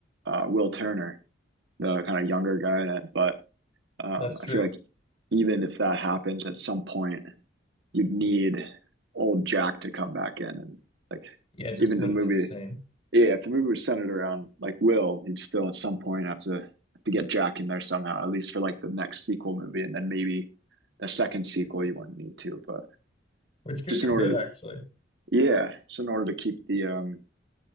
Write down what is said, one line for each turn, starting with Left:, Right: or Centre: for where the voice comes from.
Right: uh, Will Turner, the kind of younger guy in it. But um,
Left: That's true.
Right: I feel like even if that happens at some point, you'd need old Jack to come back in and like
Left: Yeah, it just
Right: even
Left: wouldn't
Right: the movie.
Left: be the same,
Right: Yeah, if the movie was centered around like Will, he'd still at some point have to have to get Jack in there somehow, at least for like the next sequel movie, and then maybe the second sequel you wouldn't need to, but
Left: which could
Right: just
Left: be
Right: in order
Left: good actually.
Right: to yeah, just in order to keep the um